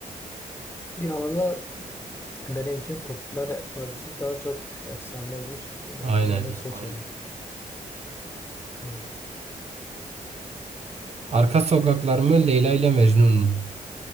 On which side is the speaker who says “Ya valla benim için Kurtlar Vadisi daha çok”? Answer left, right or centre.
Left